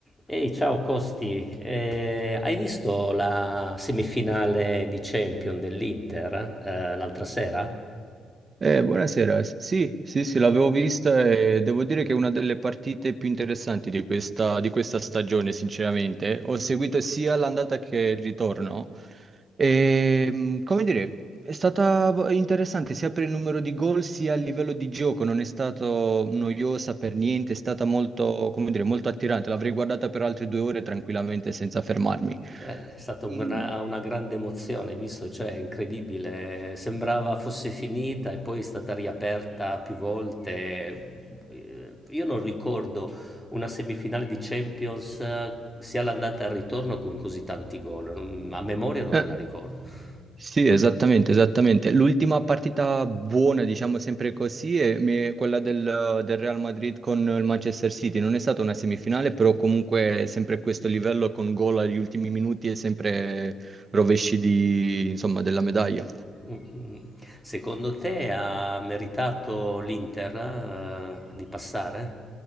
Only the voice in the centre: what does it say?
Ehi, ciao Costi, Eh, hai visto la semifinale di Champions dell'Inter eh, l'altra sera?
Eh, è stata una,
una grande emozione, hai visto? Cioè, è incredibile, sembrava fosse finita e poi è stata riaperta più volte. Eh, Io non ricordo una semifinale di Champions eh, sia l'andata e il ritorno con così tanti gol, Non- a memoria non
me la ricordo.
Mm-mm. Secondo te ha meritato l'Inter, eh, di passare?